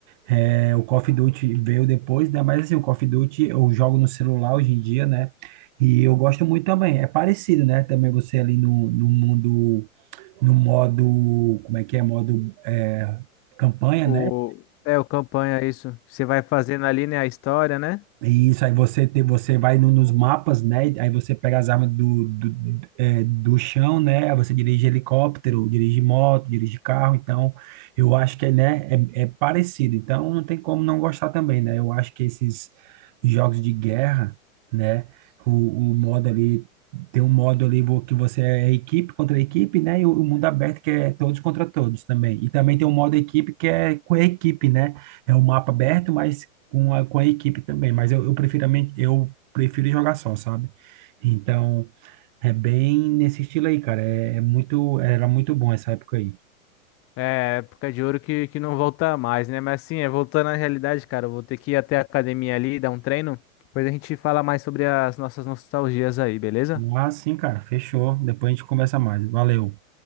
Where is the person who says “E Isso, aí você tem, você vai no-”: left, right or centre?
Right